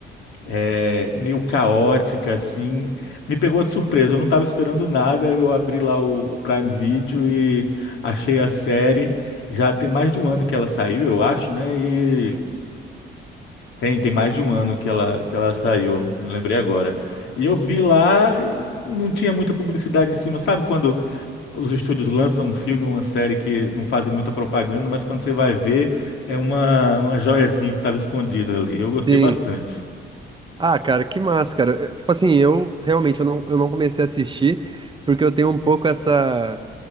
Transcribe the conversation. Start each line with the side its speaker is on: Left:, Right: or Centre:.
Left: é, meio caótica, assim. Me pegou de surpresa, eu não estava esperando nada. Eu abri lá o, o Prime Video e achei a série. Já tem mais de um ano que ela saiu, eu acho, né? E tem, tem mais de um ano que ela, que ela saiu, me lembrei agora. E eu vi lá, e não tinha muita publicidade em cima. Sabe quando os estúdios lançam um filme, uma série que não fazem muita propaganda, mas quando você vai ver, é uma, uma joiazinha que estava escondida ali. Eu
Right: Sim.
Left: gostei bastante.
Right: Ah, cara, que massa, cara. Eu- Tipo assim, eu realmente eu não, eu não comecei a assistir porque eu tenho um pouco essa